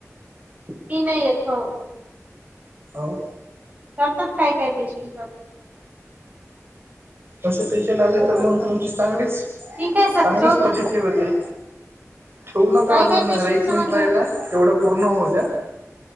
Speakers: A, on the right (about 30°); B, on the right (about 45°).
A: मी नाही येत हो.
B: हो
A: करतात काय काय पेशंट <unintelligible>
B: तसे पेशंट आले
A: खूप
B: तर
A: असतात
B: मग तुमची चांगलीच,
A: ठीक आहे सर
B: चांगलीच
A: ठेवतो
B: फजिती होते. ठेवू नका
A: काय
B: अजून
A: काय पेशंटच
B: एक
A: म्हणजे
B: मिनिट राहिला,
A: होतं
B: तेवढं पूर्ण होऊ द्या.